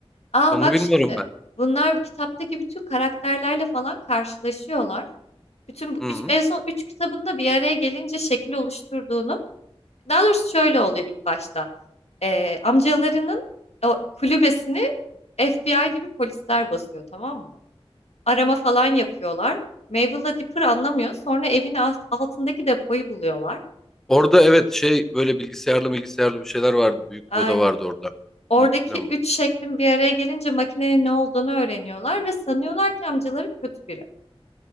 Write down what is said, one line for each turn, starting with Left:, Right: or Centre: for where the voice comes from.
Left: Aa
Centre: Sonunu
Left: bak
Centre: bilmiyorum
Left: şimdi.
Centre: ben.
Left: Bunlar bu kitaptaki bütün karakterlerle falan karşılaşıyorlar. Bütün bu
Centre: Hı.
Left: üç, en son üç kitabında bir araya gelince şekil oluşturduğunu. Daha doğrusu şöyle oluyor ilk başta. Ee, amcalarının o kulübesini FBI gibi polisler basıyor tamam mı? Arama falan yapıyorlar. Mabel'la Dipper anlamıyor. Sonra evin alt- altındaki depoyu buluyorlar.
Centre: Orada evet şey böyle bilgisayarlı bilgisayarlı bir şeyler vardı. Büyük
Left: Aynen.
Centre: bir oda vardı orada.
Left: Oradaki
Centre: Bunu hatırlıyorum bak.
Left: üç şeklin bir araya gelince makinenin ne olduğunu öğreniyorlar ve sanıyorlar ki amcaları kötü biri.